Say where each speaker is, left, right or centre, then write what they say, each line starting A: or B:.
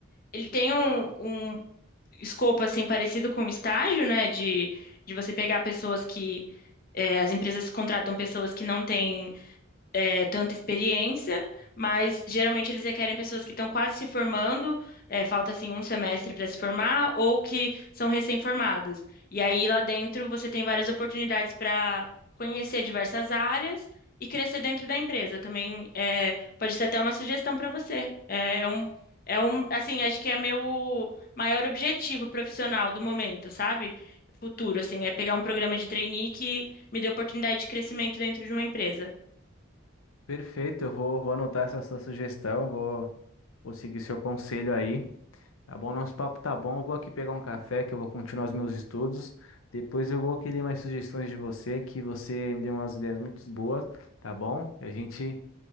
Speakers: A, on the left (about 45°); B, on the left (about 85°).
A: ele tem um, um escopo assim parecido com o estágio, né? De, de você pegar pessoas que é, as empresas contratam pessoas que não têm é, tanta experiência, mas geralmente eles requerem pessoas que estão quase se formando, é, falta assim um semestre para se formar, ou que são recém-formados. E aí lá dentro você tem várias oportunidades para conhecer diversas áreas e crescer dentro da empresa. Também é, pode ser até uma sugestão para você. É é um, é um, assim, acho que é meu maior objetivo profissional do momento, sabe? Futuro, assim, é pegar um programa de trainee que me dê oportunidade de crescimento dentro de uma empresa.
B: Perfeito, eu vou, vou anotar essa sua sugestão, vou, vou seguir seu conselho aí. Tá bom, nosso papo tá bom. Eu Vou aqui pegar um café que eu vou continuar os meus estudos. Depois eu vou querer mais sugestões de você, que você me deu umas ideias muito boas, tá bom? E a gente,